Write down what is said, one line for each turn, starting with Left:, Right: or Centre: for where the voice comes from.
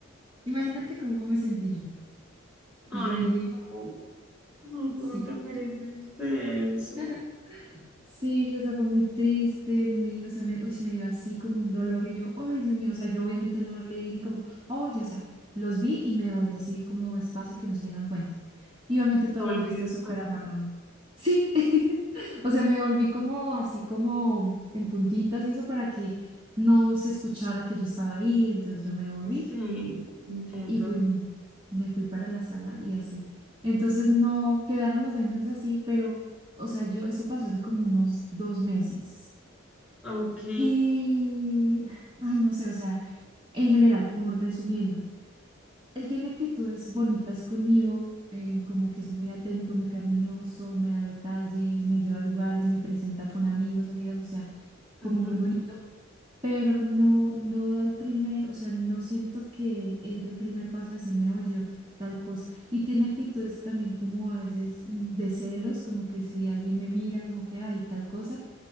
Right: Imagínate cómo me sentí yo.
Centre: Ay,
Right: Yo dije,
Centre: no. No,
Right: sí.
Centre: tú no te mereces eso.
Right: <laughs> Sí, o sea, fue muy triste, muy, o sea, me, uy, me dio así como un dolor y yo, ay, Dios mío, o sea, yo obviamente no le dije como, oye, o sea, los vi y me devolví así como espacio que no se dieran cuenta. Y obviamente toda
Centre: No olvides
Right: la fiesta súper
Centre: pasar.
Right: amarrada. Sí, <laughs> o sea, me volví como así como en puntitas y eso para que no se escuchara que yo estaba ahí, entonces yo me volví
Centre: Sí, entiendo.
Right: y fui, me fui para la sala y así. Entonces no quedaron las vainas así, pero, o sea, yo, eso pasó hace como unos dos meses.
Centre: Ok.
Right: Y, ay, no sé, o sea, en general, como resumiendo, él tiene actitudes bonitas conmigo, eh, como que es muy atento, muy cariñoso, me da detalles, me lleva a lugares, me presenta con amigos, amigas, o sea, como
Centre: ujú,
Right: muy bonito pero no, no da el primer, o sea, no siento que él del primer paso a decirme, oye, tal cosa. Y tiene actitudes también como a veces mm, de celos, como que si alguien me mira, como que, ay, tal cosa.